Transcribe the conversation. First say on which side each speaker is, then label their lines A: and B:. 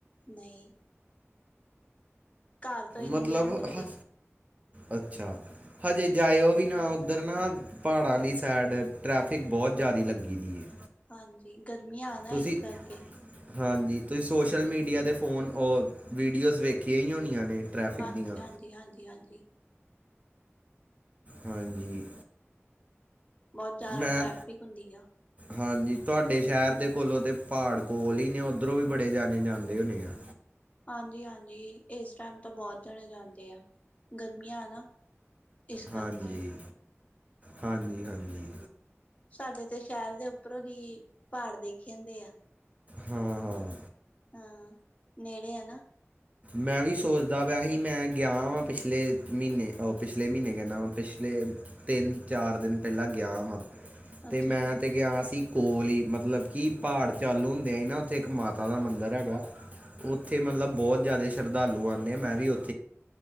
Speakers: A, on the left; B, on the right.
A: ਨਹੀਂ। ਘਰ ਤੋਂ ਹੀ
B: ਮਤਲਬ
A: ਨੀ ਵੇਲ ਮਿਲਦੀ।
B: ਹ ਅੱਛਾ। ਹਜੇ ਜਾਇਓ ਵੀ ਨਾ ਉੱਧਰ ਨਾ ਪਹਾੜਾਂ ਆਲੀ ਸਾਈਡ। ਟ੍ਰੈਫਿਕ ਬਹੁਤ ਜਾਦੀ ਲੱਗੀ ਦੀ ਹੈ।
A: ਹਾਂਜੀ, ਗ਼ਰਮੀਆਂ ਆ ਨਾ
B: ਤੁਸੀਂ
A: ਇਸ ਕਰਕੇ
B: ਹਾਂਜੀ, ਤੁਸੀਂ ਸੋਸ਼ਲ ਮੀਡੀਆ ਦੇ ਫੋਨ ਓ, ਵੀਡੀਓਜ਼ ਵੇਖੀਆਂ ਹੀ ਹੋਣੀਆਂ ਨੇ। ਟ੍ਰੈਫਿਕ
A: ਹਾਂਜੀ-
B: ਦੀਆਂ
A: ਹਾਂਜੀ- ਹਾਂਜੀ -ਹਾਂਜੀ।
B: ਹਾਂਜੀ।
A: ਬਹੁਤ ਜਿਆਦਾ
B: ਮੈਂ
A: ਟ੍ਰੈਫਿਕ ਹੁੰਦੀ ਆ।
B: ਹਾਂਜੀ। ਤੁਹਾਡੇ ਸ਼ਹਿਰ ਦੇ ਕੋਲੋਂ ਤੇ ਪਹਾੜ ਕੋਲ ਹੀ ਨੇ। ਉ ਓਧਰੋਂ ਵੀ ਬੜੇ ਜਾਣੇ ਜਾਂਦੇ ਹੋਣੇ ਆ।
A: ਹਾਂਜੀ-ਹਾਂਜੀ, ਇਸ ਟਾਈਮ ਤਾਂ ਬਹੁਤ ਜਾਣੇ ਜਾਂਦੇ ਆ, ਗਰਮੀਆਂ ਹਨ ਨਾ। ਇਸ ਕਰਕੇ
B: ਹਾਂਜੀ, ਹਾਂਜੀ-ਹਾਂਜੀ।
A: ਸਾਡੇ ਤੇ ਸ਼ਹਿਰ ਦੇ ਉੱਪਰੋਂ ਹੀ ਪਹਾੜ ਦੇਖ ਜਾਂਦੇ ਆ।
B: ਹੁੰ- ਹੁੰ।
A: ਹਾਂ। ਨੇੜੇ ਹੈ ਨਾ।
B: ਮੈਂ ਵੀ ਸੋਚਦਾ ਪਿਆ ਸੀ। ਮੈਂ ਗਿਆ ਵਾ ਪਿਛਲੇ ਮਹੀਨੇ, ਉਹ ਪਿਛਲੇ ਮਹੀਨੇ ਕਹਿੰਨਾ ਵਾ। ਪਿਛਲੇ ਤਿੰਨ -ਚਾਰ ਦਿਨ ਪਹਿਲਾਂ ਗਿਆ ਵਾ,
A: ਅੱਛਾ
B: ਤੇ ਮੈਂ
A: ਜੀ
B: ਤਾਂ ਗਿਆ ਸੀ। ਕੋਲ ਹੀ ਮਤਲਬ ਕਿ ਪਹਾੜ ਚਾਲੂ ਹੁੰਦੇ ਆ ਹੀ ਨਾ ਉੱਥੇ ਇੱਕ ਮਾਤਾ ਦਾ ਮੰਦਰਿ ਹੈਗਾ। ਉੱਥੇ ਮਤਲਬ ਬਹੁਤ ਜ਼ਿਆਦਾ ਸ਼ਰਧਾਲੂ ਆਂਦੇ ਆ। ਮੈਂ ਵੀ ਓਥ